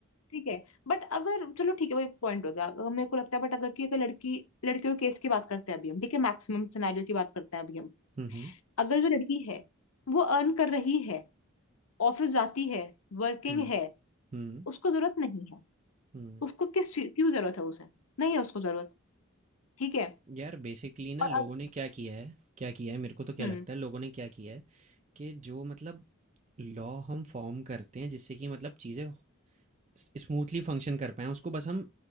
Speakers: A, on the left; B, on the right.
A: ठीक है बट अगर चलो ठीक है वही पॉइंट हो गया अगर मेरे को लगता है बट अगर कि अगर लड़की लड़कियों के केस की बात करते हैं अभी हम ठीक है मैक्सिमम सिनेरियो की बात करते हैं अभी हम
B: हुँ, हुँ,
A: अगर जो लड़की है वो अर्न कर रही है ऑफिस जाती है वर्किंग
B: हुँ,
A: है
B: हुँ,
A: उसको जरूरत नहीं है
B: हुँ।
A: उसको किस चीज क्यों जरूरत है उसे नहीं है उसको जरूरत ठीक है
B: यार बेसिकली ना
A: और
B: लोगों
A: अब
B: ने क्या किया है क्या किया है मेरे को तो क्या
A: हम्म
B: लगता है लोगों ने क्या किया है कि जो मतलब लॉ हम फॉर्म करते हैं जिससे कि मतलब चीज़ें स स्मूथली फंक्शन कर पाएँ, उसको बस हम